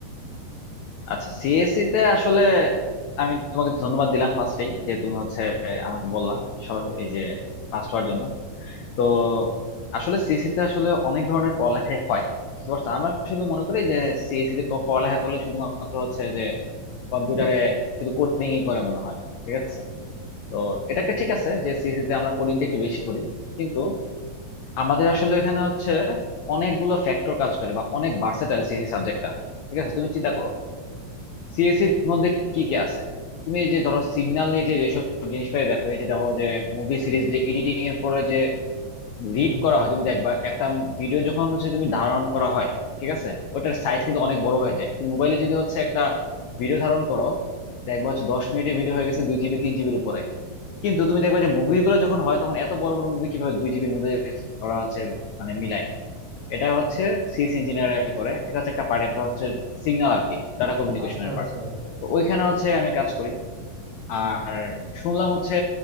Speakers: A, on the left; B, on the right.
A: আচ্ছা সিএসসি তে আসলে আমি তোমাকে ধন্যবাদ দিলাম ফার্স্টেই যে তুমি হচ্ছে আমাকে বললা সব- এই যে ফার্স্ট হওয়ার জন্য তো আসলে সিএসসি তে আসলে অনেক ধরনের পড়ালেখাই হয় বুঝতে পারছো আমরা শুধু মনে করি যে সিএসসি তে প- পড়ালেখা করলে শুধুমাত্র হচ্ছে যে কম্পিউটারে শুধু কোডিং ই করে মনে হয় ঠিক আছে তো এটা একটা ঠিক আছে যে সিএসসি তে আমরা কোডিংটা একটু বেশি করি কিন্তু আমাদের আসলে এখানে হচ্ছে অনেকগুলো ফ্যাক্টর কাজ করে বা অনেক ভার্সেটাইল সিএসসি সাবজেক্টটা ঠিক আছে তুমি চিন্তা করো সিএসির মধ্যে কি কি আছে তুমি এই যে ধরো সিগন্যাল নিয়ে যে যেসব জিনিসপাতি দেখো এই যে দেখো যে মুভি সিরিজ যে এডিটিং এর পরে যে রিড
B: হুম,
A: করা হয় তুমি দেখবা একটা ভিডিও যখন হচ্ছে তুমি ধারণ করা হয় ঠিক আছে ওটার সাইজ
B: হুম,
A: কিন্তু
B: হুম।
A: অনেক বড় হয়ে যায় তুমি মোবাইলে যদি হচ্ছে একটা ভিডিও ধারণ করো দেখবা হচ্ছে দশ মিনিটের ভিডিও হয়ে গেছে দুই জিবি তিন জিবির উপরে কিন্তু তুমি দেখবা যে মুভিগুলো যখন হয় তখন এত বড় বড় মুভি কিভাবে দুই জিবির মধ্যে ওরা হচ্ছে মানে মিলায় এটা হচ্ছে সিএস ইঞ্জিনিয়ার করে এটা হচ্ছে একটা পার্ট একটা হচ্ছে সিগন্যাল আর কি ডাটা কমিউনিকেশনের
B: আচ্ছা আচ্ছা
A: পার্ট তো ওইখানে হচ্ছে আমি কাজ করি আর শুনলাম হচ্ছে